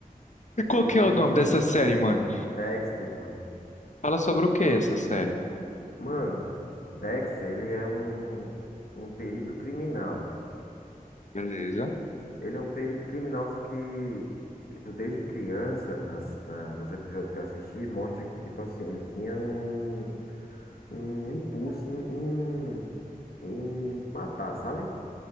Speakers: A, on the left; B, on the left.
A: E qual
B: e
A: que é o nome dessa série, mano?
B: Dexter, mano.
A: Fala sobre o que essa série?
B: Mano, Dexter, ele é um, um perito criminal.
A: Beleza.
B: Ele é um perito criminal, só que, tipo, desde criança, nas, na- nos episódios que eu assisti, mostra que, tipo assim, ele tinha um, um impulso em, em, em matar, sabe?